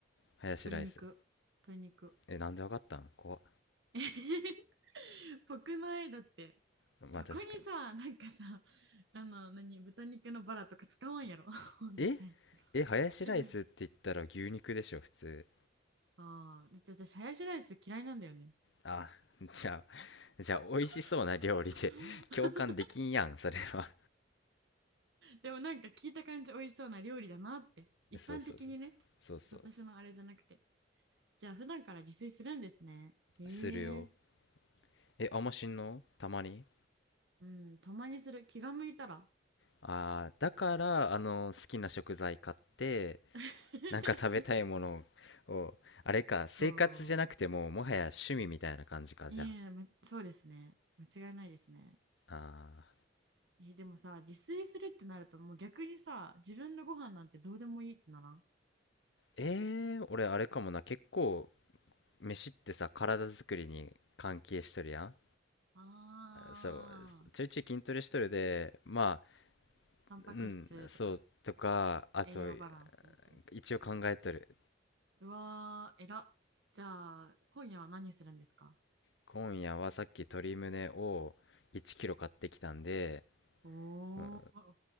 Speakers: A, on the left (about 75°); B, on the right (about 70°).
A: ハヤシライス
B: 鶏肉、鶏肉。
A: えなんでわかったん怖っ
B: <laughs> えへへぽくないだって。
A: まあ確か
B: そこにさ、なんかさ、あの、何、豚肉のバラとか使わんやろ。<laughs>
A: にえ
B: 絶対。
A: えハヤシライスって言ったら牛肉でしょ普通
B: え、ぶああ、で私、ハヤシライス嫌いなんだよね。
A: あ <laughs> じゃあじゃあ美味しそうな料理で
B: <laughs>
A: <laughs> 共感できんやんそれは
B: でもなんか聞いた感じ美味しそうな料理だなって。
A: <laughs>
B: 一般的にね。
A: えそうそうそうそうそう
B: そう、私のあれじゃなくて。じゃあ普段から自炊するんですね。へえ。
A: するよえあんましんのたまに
B: うん、たまにする。気が向いたら。
A: ああだからあの好きな食材買って
B: <laughs>
A: なんか食べたいものをあれか生活じゃなくてもうもはや趣味みたいな感じかじゃあ
B: そう。いえ、ま、そうですね。間違いないですね。
A: あ
B: え、でもさ、自炊するってなると、もう逆にさ、自分のご飯なんてどうでもいいってならん
A: ーえー、俺あれかもな結構飯ってさ体作りに関係しとるやん
B: ああー、
A: そうちょいちょい筋トレしとるでま
B: タンパク質とか、
A: あうんそうとかあと
B: 栄養バランスって。
A: 一応考えとる
B: うわー、えら。じゃあ、今夜は何するんですか
A: 今夜はさっき鶏胸を1キロ買ってきたんで、
B: お
A: うん
B: ー。